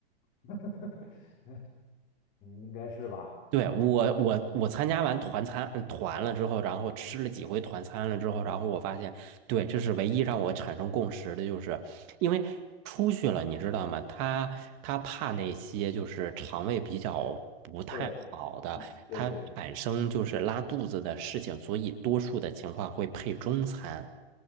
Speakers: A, on the left (about 25°); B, on the right (about 35°).
A: <laughs> 应该是吧？
B: 对，我我我参加完团餐嗯团了之后，然后吃了几回团餐了之后，然后我发现，对，这是唯一让我产生共识的，就是因为出去了，你知道吗？他他怕那些就是肠胃比较不太好的，
A: 对。一对对对对。
B: 他产生就是拉肚子的事情，所以多数的情况会配中餐。